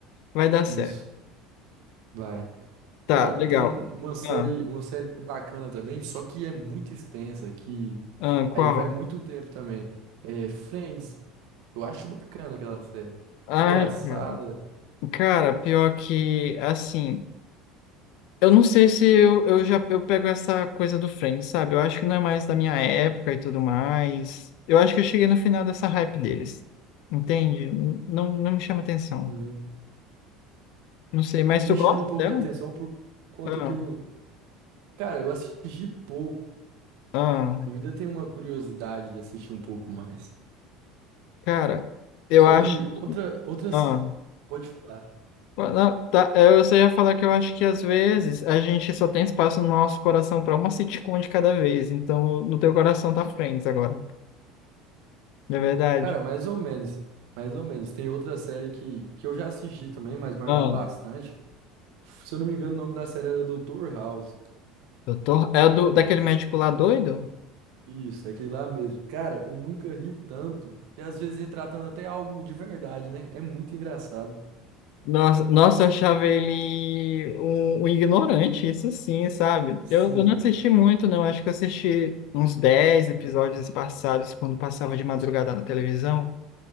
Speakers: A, on the left; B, on the right.
A: Vai dar certo.
B: Isso. Vai.
A: Tá,
B: Cara,
A: legal.
B: tem uma série,
A: Ah,
B: uma série bacana também, só que é muito extensa, que
A: ah, qual?
B: aí vai muito tempo também. É Friends. Eu acho bacana aquela série.
A: Ai,
B: Engraçada.
A: cara, Cara, pior que, assim, Eu não sei se eu, eu já eu pego essa coisa do Friends, sabe? Eu acho que não é mais da minha época e tudo mais. Eu acho que eu cheguei no final dessa hype deles. Entende? N- Não, não me chama atenção.
B: Sim.
A: Não sei, mas
B: Me
A: tu
B: chama
A: gosta
B: um pouco
A: dela?
B: de atenção por conta
A: Ah,
B: que eu, cara, eu assisti pouco.
A: ah,
B: Eu ainda tenho uma curiosidade de assistir um pouco mais.
A: cara, eu
B: Só
A: acho.
B: que outra outra
A: Ah,
B: série, pode falar.
A: ah, não, tá, eu só ia falar que eu acho que às vezes a gente só tem espaço no nosso coração pra uma sitcom de cada vez. Então, no teu coração tá Friends agora. Não é verdade?
B: Cara, mais ou menos. Mais ou menos. Tem outra série que, que eu já assisti também, mas marcou
A: Ah,
B: bastante. Se eu não me engano, o nome da série era Dr. House.
A: doutor. É do, daquele médico lá doido?
B: Isso, é aquele lá mesmo. Cara, eu nunca ri tanto. E às vezes retratando até algo de verdade, né? É muito engraçado.
A: Nossa, nossa, eu achava ele um, um ignorante, isso sim, sabe?
B: Sim.
A: Eu, eu não assisti
B: <laughs>
A: muito, não. Acho que eu assisti uns 10 episódios passados, quando passava de madrugada na televisão.